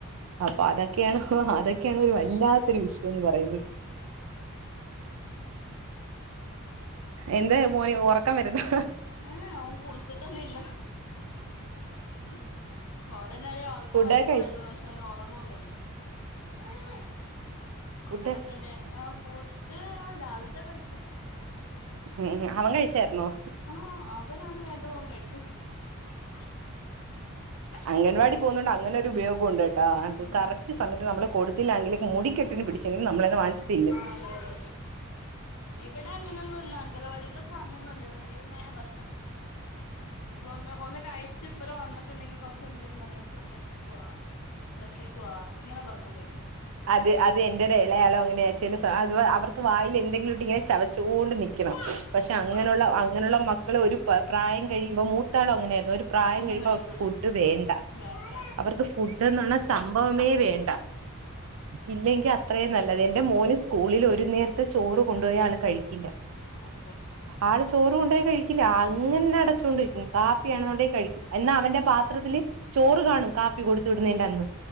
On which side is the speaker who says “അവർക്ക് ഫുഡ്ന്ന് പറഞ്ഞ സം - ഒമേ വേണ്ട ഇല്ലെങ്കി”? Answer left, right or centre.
Right